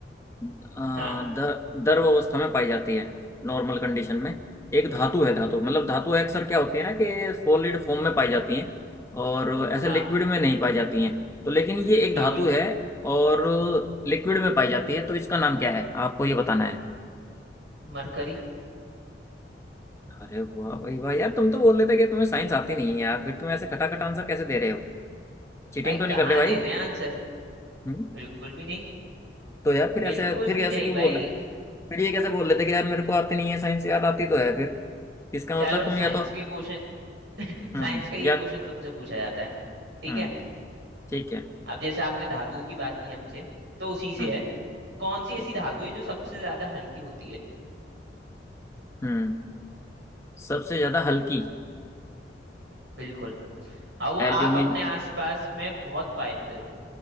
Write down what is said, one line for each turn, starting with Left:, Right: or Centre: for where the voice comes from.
Left: अ,
Right: हाँ
Left: दर द्रव अवस्था में पाई जाती है नॉर्मल कंडीशन में एक धातु है धातु मतलब धातु अक्सर क्या होती है ना कि सॉलिड फॉर्म में पाई जाती हैं और ऐसे
Right: हाँ
Left: लिक्विड में नहीं पाई जाती हैं तो लेकिन ये एक
Right: बिल्कुल
Left: धातु है और लिक्विड में पाई जाती है तो इसका नाम क्या है आपको ये बताना है
Right: मरकरी
Left: अरे वाह भाई वाह यार तुम तो बोल रहे थे कि तुम्हें साइंस आती नहीं है यार फिर तुम ऐसे खटाखट आंसर कैसे दे रहे हो चीटिंग
Right: भाई
Left: तो नहीं
Right: कहाँ
Left: कर रहे भाई
Right: दे रहे हैं आंसर
Left: हम्म
Right: बिल्कुल भी नहीं
Left: तो यार फिर
Right: बिल्कुल
Left: ऐसे फिर
Right: भी
Left: ऐसे
Right: नहीं
Left: क्यों बोल
Right: भाई
Left: रहे थे फिर ये कैसे बोल लेते कि यार मेरे को आती नहीं है साइंस यार आती तो है फिर इसका
Right: चलो
Left: मतलब तुम
Right: साइंस
Left: या तो
Right: के क्वेश्चन <laughs>
Left: हम्म
Right: साइंस का ये
Left: या
Right: क्वेश्चन तुमसे पूछा जाता है ठीक
Left: हम्म
Right: है
Left: ठीक है
Right: अब जैसे आपने धातुओं की बात की हमसे तो उसी से
Left: हम्म
Right: है कौन सी ऐसी
Left: ठीक
Right: धातु
Left: है
Right: है जो सबसे ज्यादा हल्की होती है
Left: हम्म सबसे ज्यादा हल्की
Right: बिल्कुल और वो
Left: एल्यूमिन
Right: आप अपने आसपास में बहुत पाते हो